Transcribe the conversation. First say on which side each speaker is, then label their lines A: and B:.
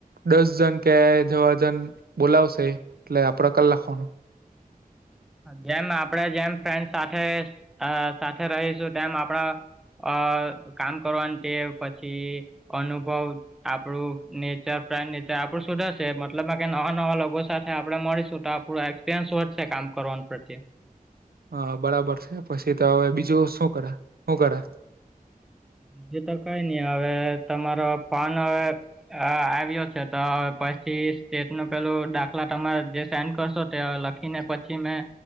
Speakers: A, on the right; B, in the centre.
A: દસ જન કે એવા જણ બોલાવશે એટલે આપડે કલાક લખવાનું.
B: જેમ આપણે જેમ ફ્રેન્ડ સાથે, આ સાથે રહીશું તેમ આપણા અ કામ કરવાની ટેવ પછી અનુભવ આપડું નેચર ફ્રેન્ડ નેચર આપણું સુધારશે મતલબ કે નવા નવા લોકો સાથે આપડે મળીશું તો થોડુ એક્સપિરિયન્સ વધશે કામ કરવા પ્રતિ.
A: હા બરાબર છે પછી તો હવે બીજું શું કરે, હું કરે.
B: બીજું તો કઈ નહી હવે તમારો ફોન હવે અ આવ્યો છે તો પછી સ્ટેટ નું પેલું દાખલા તમારે જે સેન્ડ કરશો તે લખી એના પછી મેં